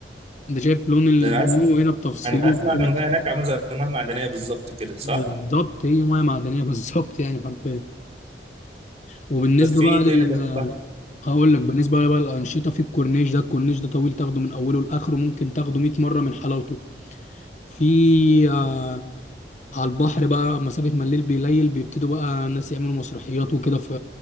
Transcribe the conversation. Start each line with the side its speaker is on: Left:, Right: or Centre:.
Left: انت شايف لون المايو
Right: ده انا اسمع
Left: هنا بتفصيله
Right: انا اسمع
Left: كل
Right: ان المياه
Left: حاجة.
Right: هناك عامله زي المياه المعدنيه بالظبط كده صح
Left: بالظبط هي ميه معدنيه <laughs> بالظبط يعني حرفيا وبالنسبه
Right: طب في
Left: بقى
Right: ايه
Left: لل
Right: تاني غير البحر
Left: هقول
Right: مم.
Left: لك بالنسبه بقى للانشطه في الكورنيش ده الكورنيش ده طويل تاخده من اوله لاخره ممكن تاخده 100 مره من حلاوته في آه، على البحر بقى مسافة ما الليل بيليل بيبتدوا بقى الناس يعملوا مسرحيات وكده ف